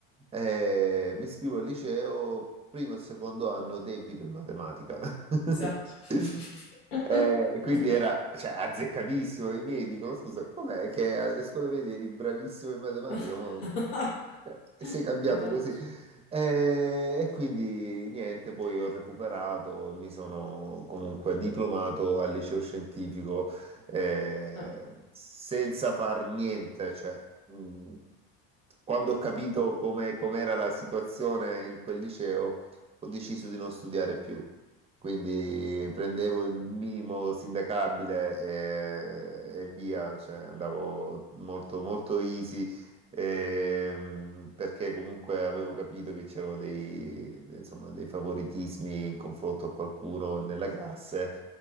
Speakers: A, on the right; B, on the left.
A: Eh, mi iscrivo al liceo, primo e secondo anno debito in matematica. <laughs>
B: esatto.
A: <laughs>
B: <laughs>
A: Eh, e quindi
B: Vabbè.
A: era, cioè, azzeccatissimo. I miei dicono: Scusa, com'è che alle scuole medie eri bravissimo in matematica?
B: <laughs>
A: Mo, cioè, sei cambiato
B: Mannaggia.
A: così. Eh, e quindi niente, poi ho recuperato, mi sono comunque diplomato al liceo scientifico eh,
B: Eh
A: senza far niente. Cioè, mh, quando ho capito come com'era la situazione in quel liceo, ho deciso di non studiare più. Quindi prendevo il minimo sindacabile e, e via, cioè andavo molto, molto easy, ehm, perché comunque avevo capito che c'erano dei, insomma, dei favoritismi in confronto a qualcuno nella classe